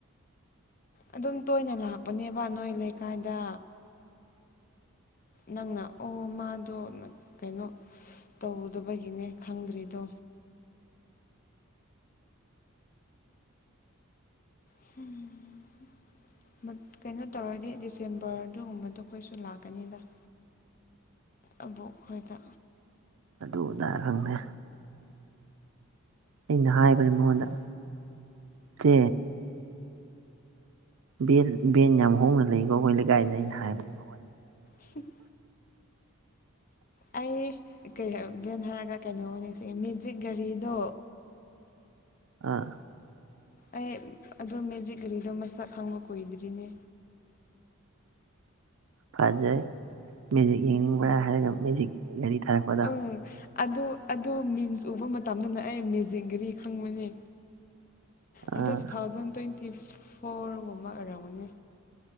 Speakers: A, on the left; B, on the right.
A: ꯑꯗꯨꯝ ꯇꯣꯏꯅ ꯂꯥꯛꯄꯅꯦꯕ ꯅꯣꯏ ꯂꯩꯀꯥꯏꯗ ꯅꯪꯅ ꯑꯣ ꯃꯥꯗꯣ ꯀꯩꯅꯣ ꯇꯧꯗꯕꯒꯤꯅꯦ ꯈꯪꯗ꯭ꯔꯤꯗꯣ ꯎꯝꯝ ꯀꯩꯅꯣ ꯇꯧꯔꯗꯤ ꯗꯤꯁꯦꯝꯕꯔꯗꯨꯒꯨꯝꯕꯗꯣ ꯑꯩꯈꯣꯏꯁꯨ ꯂꯥꯛꯀꯅꯤꯗ ꯑꯕꯣꯛ ꯈꯣꯏꯗ
B: ꯑꯗꯨ ꯑꯗꯥ ꯈꯪꯗꯦ ꯑꯩꯅ ꯍꯥꯏꯕꯅꯦ ꯃꯉꯣꯟꯗ ꯆꯦ ꯕꯦꯟ ꯕꯦꯟ ꯌꯥꯝ ꯍꯣꯡꯅ ꯂꯩꯀꯣ ꯑꯩꯈꯣꯏ ꯂꯩꯀꯥꯏꯗ ꯑꯩꯅ ꯍꯥꯏꯕꯅꯦꯀꯣ
A: ꯁꯤ <inaudible> ꯑꯩ ꯀ ꯚꯦꯟ ꯍꯥꯏꯔꯒ ꯀꯩꯅꯣ ꯑꯣꯏꯅ ꯅꯤꯡꯁꯤꯡꯉꯦ ꯃꯦꯖꯤꯛ ꯒꯥꯔꯤꯗꯣ
B: ꯑꯥ
A: ꯑꯩ ꯑꯗꯨ ꯃꯦꯖꯤꯛ ꯘꯔꯤꯗꯣ ꯃꯁꯛ ꯈꯪꯕ ꯀꯨꯏꯗ꯭ꯔꯤꯅꯦ
B: ꯐꯖꯩ ꯃꯦꯖꯤꯛ ꯌꯦꯡꯅꯤꯡꯕ꯭ꯔꯥ ꯍꯥꯏꯔꯒ ꯃꯦꯖꯤꯛ ꯒꯥꯔꯤ ꯊꯥꯔꯛꯄꯗꯣ
A: ꯎꯪ ꯑꯗꯨ ꯑꯗꯣ ꯃꯤꯝꯁ ꯎꯕ ꯃꯇꯝꯗꯅꯦ ꯑꯩ ꯃꯦꯖꯤꯡꯒꯔꯤ ꯈꯪꯕꯅꯤ
B: ꯑꯥ
A: ꯑꯗꯨ ꯇꯨ ꯊꯥꯎꯖꯟ ꯇ꯭ꯋꯦꯟꯇꯤ ꯐꯣꯔꯒꯨꯝꯕ ꯑꯣꯏꯔꯝꯒꯅꯤ